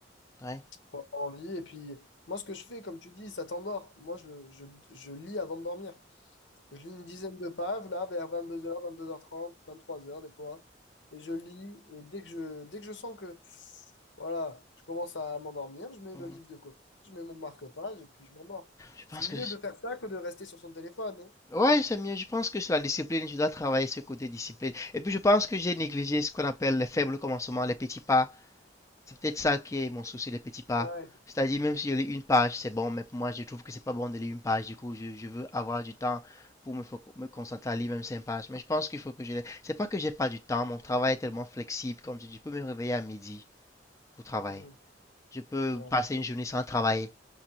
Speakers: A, on the left; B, on the left.
A: Ouais.
B: faut avoir envie, et puis, moi, ce que je fais, comme tu dis, ça t'endort. Moi, je, je, je lis avant de dormir. Je lis une dizaine de pages, là, vers 22h, 22h30, 23h, des fois, et je lis, et dès que je, dès que je sens que, voilà, je commence à m'endormir, je mets
A: Mhm.
B: le livre de côté, je mets mon marque-page, et puis je m'endors.
A: Je pense
B: C'est mieux
A: que
B: de faire ça que de rester sur son téléphone, hein.
A: Ouais, c'est mieux. Je pense que sur la discipline, je dois travailler ce côté discipline. Et puis, je pense que j'ai négligé ce qu'on appelle les faibles commencements, les petits pas. C'est peut-être ça qui est mon souci, les petits pas.
B: Ouais.
A: C'est-à-dire, même si je lis une page, c'est bon, mais pour moi, je trouve que c'est pas bon de lire une page. Du coup, je, je veux avoir du temps pour me, fo- me concentrer à lire même cinq pages. Mais je pense qu'il faut que je les... C'est pas que j'ai pas du temps. Mon travail est tellement flexible. Comme je dis, je peux me réveiller à midi pour travailler.
B: Mhm.
A: Je peux
B: Ouais.
A: passer une journée sans travailler.